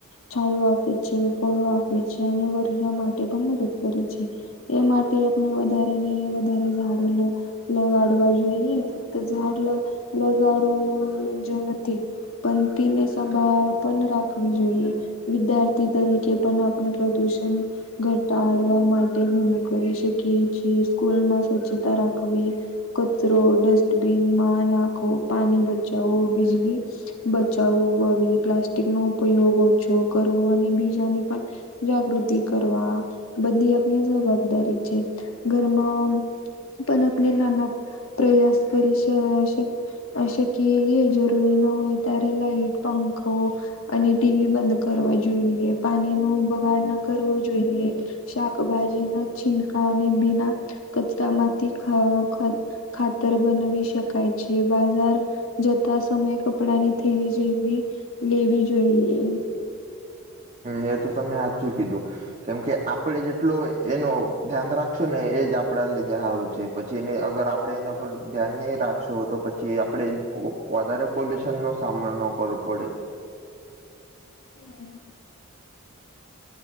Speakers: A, on the left (about 70°); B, on the right (about 35°).
A: છાયો આપે છે ફળો આપે છે અને વર્ષા માટે પણ મદદ કરે છે એ માટે આપને વધારે ને વધારે ઝાડો લગાડવા જોઈએ ફક્ત ઝાડ લગાડ્યું જ નથી. પણ, તેની સંભાળ પણ રાખવી જોઈએ. વિદ્યાર્થી તરીકે પણ આપણે પ્રદુષણ..... ઘટાડવા માટે ઘણું કરી શકીએ છીએ. સ્કૂલમાં સ્વચ્છતા રાખવી. કચરો ડસ્ટબિન મા નાખવો, પાણી બચાવવું, બિજલી.... બચાવું પ્લાસ્ટિક નો ઉપયોગ ઓછો કરવો અને બીજાને પણ જાગૃતિ કરવા બી આપની જવાબદારી છે ઘરમાં પણ આપણે નાના પ્રયાસ કરી શ અ કે એલી જરૂરી ન હોય ત્યારે લઇટ પંખો અને ટીવી બંધ કરવા જોઈએ પાણી નો બગાડ ન કરવો જોઈએ શાકભાજીના છિલકા અને બીના કચરા માંથી ખાદ બનવી શકાય છે બાજાર જતા સમયે કપડા ની થેલી જેવી લેવી જોઈએ
B: એ તો તમને હાચું કીધું કેમકે આપડે જેટલો એનો ધ્યાન રાખશો ને એજ આપડા લીધે સારું પછી એને અગર આપડે એના પર ધ્યાન નહી રાખશો તો પછી આપણે વધારે પોલ્યુશન નો સામનો ન કરવો પડે
A: હમ્મ